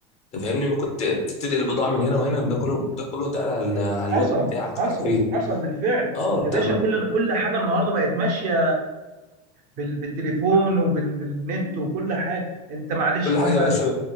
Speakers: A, on the left; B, on the right.
A: انت فاهمني ممكن ت- ت- تنقل البضاعه من هنا وهنا ده كله ده كله انت قاعد على ال- على
B: حصل
A: اللاب بتاعك
B: حصل
A: حرفيا
B: حصل بالفعل
A: اه
B: يا
A: انت
B: باشا
A: م-
B: كل كل حاجه النهارده بقت ماشيه بال- بالتليفون وبالنت وكل حاجه انت معلش
A: كل
B: مثلا
A: حاجه يا باشا